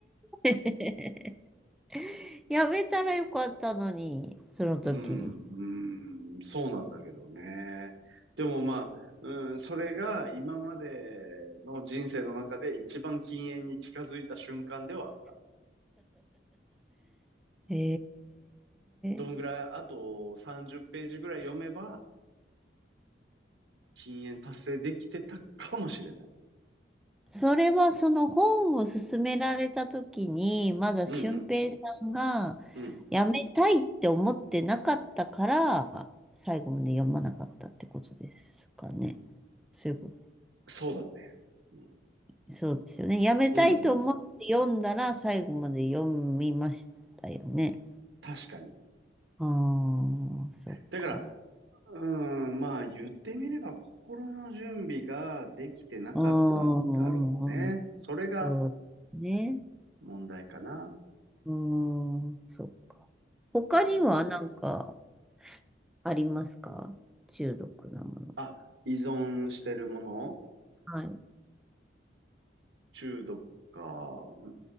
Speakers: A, in the centre; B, on the right.
A: ー、<laughs> やめたらよかったのに、その時に。
B: うん、うん、そうなんだけどね。でもまあ、うん、それが今までの人生の中で一番禁煙に近づいた瞬間ではあった。
A: え
B: どんぐらい、
A: ー。
B: あと30ページぐらい読めば、禁煙達成できてたかもしれない。
A: それはその本を勧められた時に、まだ俊平さんが
B: うんうん、うん。
A: やめたいって思ってなかったから、最後まで読まなかったってことですかね。そういうこ
B: そうだね。うん、
A: と、そうですよね。やめたいと思って読んだら、
B: うん、うん。
A: 最後まで読みましたよね。
B: 確かに。
A: ああ、そっか。
B: だから、うーん、まあ言ってみれば心の準備ができてなかったんだろうね。
A: うん、うんうん
B: それが
A: そうね。
B: 問題かな。
A: うん、そっか。他には何か
B: うん、
A: ありますか中毒なもの。
B: あ、依存してるもの
A: はい。
B: 中毒か。うー